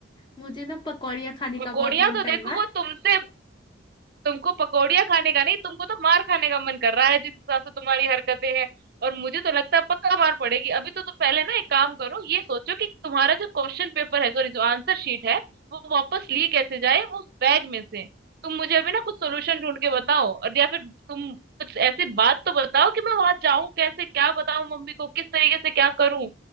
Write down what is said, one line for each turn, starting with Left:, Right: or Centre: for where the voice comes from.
Left: मुझे ना पकौड़िया खाने
Right: पकौड़िया
Left: का बहुत मन कर
Right: तो देखो
Left: रहा है
Right: वो तुमसे तुमको पकौड़ियाँ खाने का नहीं तुमको तो मार खाने का मन कर रहा है जिस हिसाब से तुम्हारी हरकतें हैं और मुझे तो लगता है पक्का मार पड़ेगी अभी तो तुम पहले ना एक काम करो ये सोचो कि तुम्हारा जो क्वेश्चन पेपर है सॉरी जो आंसर शीट है वो वापस ली कैसे जाए वो उस बैग में से तुम मुझे अभी ना कुछ सोल्यूशन ढूंढ के बताओ और या फिर तुम कुछ ऐसी बात तो बताओ कि मैं वहां जाऊं कैसे क्या बताऊं मम्मी को किस तरीके से क्या करूं